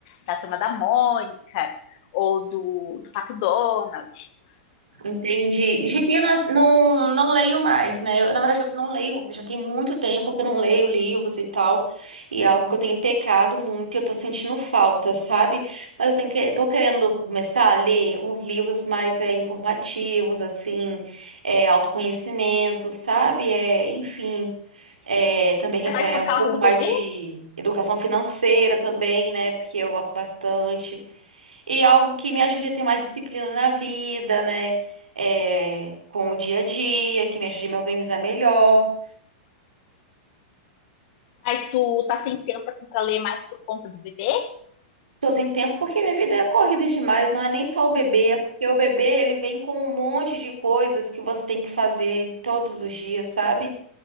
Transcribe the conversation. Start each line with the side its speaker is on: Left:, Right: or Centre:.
Left: da turma da Mônica ou do, do Pato Donald.
Right: Entendi. Gibi eu não, não, não leio mais, né? Eu, na verdade, eu não leio, já tem muito tempo que eu não leio livros e tal. E é algo que eu tenho pecado muito e eu tô sentindo falta, sabe? Mas eu tenho que, tô querendo começar a ler uns livros mais é, informativos, assim, é, autoconhecimento, sabe? É, enfim, é, também
Left: É mais
Right: é
Left: por
Right: um
Left: causa
Right: pouco
Left: do
Right: mais
Left: bebê,
Right: de educação financeira também, né? Porque eu gosto bastante. E algo que me ajude a ter mais disciplina na vida, né? É, com o dia a dia, que me ajude a me organizar melhor.
Left: mas tu tá sem tempo assim para ler mais por conta do bebê?
Right: Tô sem tempo porque minha vida é corrida demais, não é nem só o bebê, é porque o bebê ele vem com um monte de coisas que você tem que fazer todos os dias, sabe?